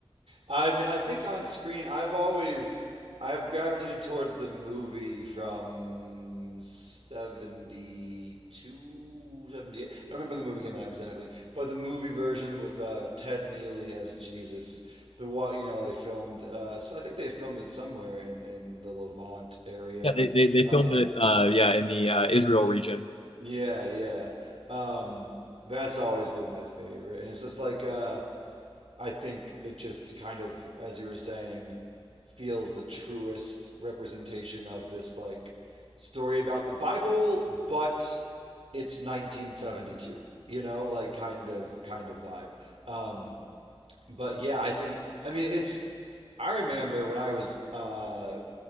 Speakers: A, on the right (about 80°); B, on the left (about 75°).
A: I mean, I think on screen, I've always I have gravitated towards the movie from 72, 78. I remember the movie came out exactly, but the movie version with uh, Ted Neely as Jesus. The what you know they filmed. Uh, so I think they filmed it somewhere in in the Levant area.
B: Yeah, they they, they
A: Um,
B: filmed it. Uh, yeah, in the uh, Israel region.
A: yeah, yeah. Um, that's always been my favorite. And it's just like uh I think it just kind of, as you were saying, feels the truest representation of this like story about the Bible, but it's 1972, you know, like kind of kind of vibe. Um, but yeah, I think I mean it's. I remember when I was uh,